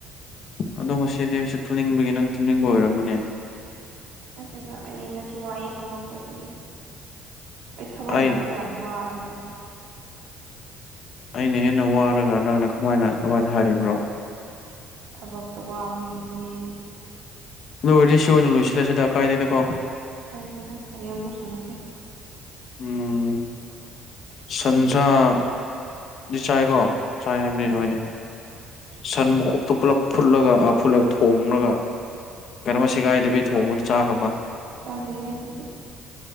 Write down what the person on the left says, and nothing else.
ꯑꯗꯣ ꯉꯗꯤ ꯑꯩꯁꯨ ꯊꯨꯝꯅꯤꯡꯕꯒꯤ ꯅꯪ ꯊꯨꯝꯅꯤꯡꯕ ꯑꯣꯏꯔꯝꯕꯅꯦ
ꯑꯩ
ꯑꯩꯅ ꯍꯦꯟꯅ ꯋꯥꯔꯒ ꯅꯪꯅ ꯀꯃꯥꯏꯅ ꯀꯃꯥꯏꯅ ꯍꯥꯏꯔꯤꯕ꯭ꯔꯣ
ꯂꯣꯏꯔ ꯁꯤ ꯑꯣꯏꯅ ꯂꯣꯏꯁꯤꯜꯂꯁꯤꯗ ꯀꯥꯏꯅꯤꯗꯀꯣ
ꯎꯝ ꯁꯟꯁꯥꯗꯤ ꯆꯥꯏꯀꯣ ꯆꯥꯏ ꯍꯥꯏꯕꯅꯤ
ꯅꯣꯏꯅꯦ ꯁꯟ ꯃꯈꯣꯛꯇꯣ ꯄꯨꯜꯂꯞ ꯐꯨꯠꯂꯒ ꯐꯨꯠꯂꯒ ꯊꯣꯉꯒ ꯀꯩꯅꯣꯃ ꯁꯤꯦꯒꯥꯏꯗꯕꯤ ꯊꯣꯡꯉꯨꯗ ꯆꯥꯈ꯭ꯔꯕ